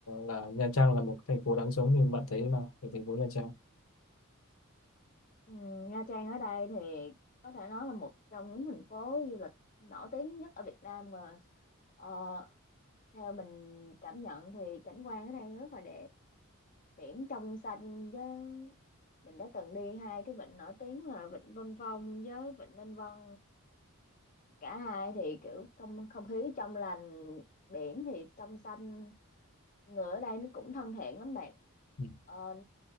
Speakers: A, on the left (about 70°); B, on the left (about 35°).
A: là Nha Trang là một thành phố đáng sống thì bạn thấy thế nào về thành phố Nha Trang?
B: Ừ, Nha Trang ở đây thì có thể nói là một trong những thành phố du lịch nổi tiếng nhất ở Việt Nam mà ờ, theo mình cảm nhận thì cảnh quan ở đây rất là đẹp biển trong xanh với mình đã từng đi hai cái vịnh nổi tiếng là vịnh Vân Phong với vịnh Ninh Vân cả hai thì kiểu không không khí trong lành biển thì trong xanh người ở đây nó cũng thân thiện lắm bạn
A: Ừ.
B: Ờ,